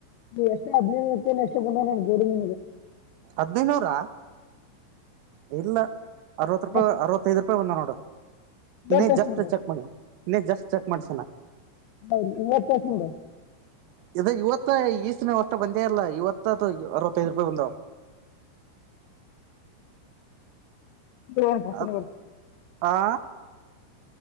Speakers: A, on the left (about 85°); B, on the right (about 80°).
A: ಎಷ್ಟು ಹದ್ಿನೈದು ಇರ್ಪ ಎಷ್ಟು ಬ ನ ಗೋಡ ಮ
B: ಹದೈನೂರ ಇಲ್ಲ ಅರವತ್ತು ರೂಪಾ
A: ಎಷ್ಟು
B: ಅವತ್ತಐ ರೂಪಾಯಿಂದ ನೋಡ
A: ಇವತ್ತು
B: ಇನ್ನೇ
A: ಎಷ್ಟು
B: ಜಸ್ಟ್
A: ಬಂದ
B: ಚೆಕ್ ಇನ್ನೇ ಜಸ್ಟ್ ಚೆಕ್ ಮಾಡ್ಸಣ
A: ಹ ಇವತ ಎಷ್ಟು ಬಂದಾವರಿ
B: ಇ ಇವತ್ತ ಈಸನೆ ಅಷ್ಟ ಬಂದೇ ಇಲ್ಲ ಇವತ್ತು ತ್ತ ಅರವತ್ತದು ರೂಪಾಯಿ ಬಂದು
A: ನೋಡಿ ಬಸ್ಸನ್ನು
B: ಹಂ ಆ